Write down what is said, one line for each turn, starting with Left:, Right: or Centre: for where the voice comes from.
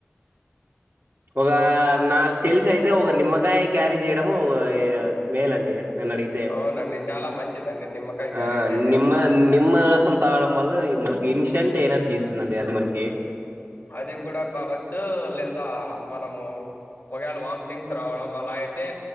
Right: ఒక నాకు తెలిసి అయితే ఒక నిమ్మకాయ క్యారీజ చేయడము ఇగ మేలండి నేను అడిగితే
Left: అవునండి చాలా మంచిదండి నిమ్మకాయ క్యారీ
Right: ఆ
Left: చేయడం
Right: నిమ్మ నిమ్మ రసం తాగడం వల్ల మనకి ఇన్స్టెంట్ ఎనర్జీస్ చిదండి అది మనకి
Left: అది కూడా కావచ్చు లేదా మనము ఒకేళ వామ్ థింగ్స్ రావడం అలా అయితే